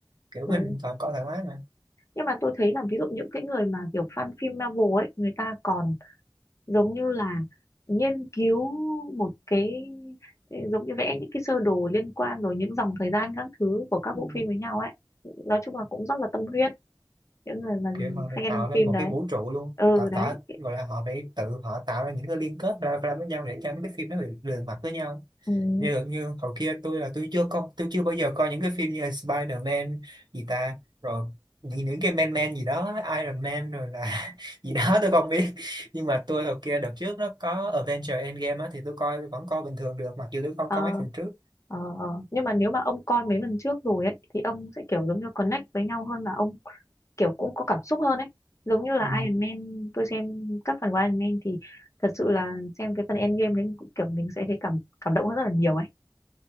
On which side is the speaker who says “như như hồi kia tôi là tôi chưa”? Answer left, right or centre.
Right